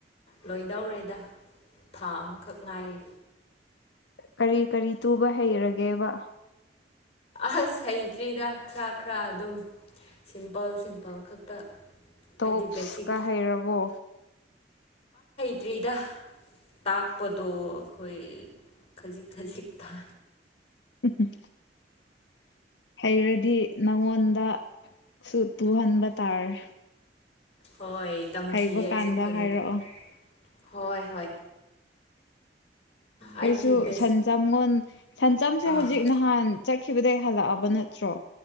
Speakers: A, on the left; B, on the left.
A: ꯂꯣꯏꯗꯧꯔꯦꯗ ꯊꯥ ꯑꯃꯈꯛ ꯉꯥꯏꯔꯤ
B: ꯀꯔꯤ ꯀꯔꯤ ꯇꯨꯕ ꯍꯩꯔꯒꯦꯕ
A: ꯑꯁ ꯍꯩꯇ꯭ꯔꯤꯗ ꯈꯔ ꯈꯔ ꯑꯗꯨꯝ ꯁꯤꯝꯄꯜ ꯁꯤꯝꯄꯜ ꯈꯛꯇ
B: ꯇꯣꯞꯁꯀ
A: ꯍꯥꯏꯗꯤ ꯕꯦꯁꯤꯛ
B: ꯍꯩꯔꯕꯣ
A: ꯇ꯭ꯔꯤꯗ ꯇꯥꯛꯄꯗꯣ ꯑꯩꯈꯣꯏ ꯈꯖꯤꯛ ꯈꯖꯤꯛ ꯊꯥ
B: ꯎꯝ ꯍꯩꯔꯗꯤ ꯅꯪꯉꯣꯟꯗ ꯁꯨ ꯇꯨꯍꯟꯕ ꯇꯥꯔꯦ
A: ꯍꯣꯏ ꯇꯝꯈꯤꯌꯦ
B: ꯍꯩꯕ
A: ꯑꯩꯁꯨ
B: ꯀꯥꯟꯗ
A: ꯐꯖꯅ
B: ꯍꯥꯏꯔꯛꯑꯣ
A: ꯍꯣꯏ ꯍꯣꯏ ꯑꯩꯗꯤ
B: ꯀꯩꯁꯨ
A: ꯕꯦꯁ
B: ꯁꯟꯆꯝꯒꯣꯟ ꯁꯟꯆꯝꯁꯦ
A: ꯑꯥ
B: ꯍꯧꯖꯤꯛ ꯅꯍꯥꯟ ꯆ ꯈꯤꯕꯗꯒꯤ ꯍꯜꯂꯛꯑꯕ ꯅꯠꯇ꯭ꯔꯣ